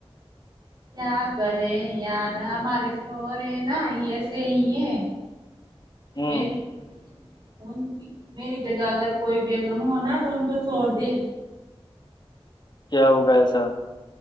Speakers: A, on the right; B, on the left.
A: کیا کرے یار ہمارے سو رہے نا یہ ص ہی ہے
B: ہوں
A: ویری ان میری جگہ اگر کوئی بھیگم ہوناا تو ان کو چھوڑ دے
B: کیا ہوگا ایسا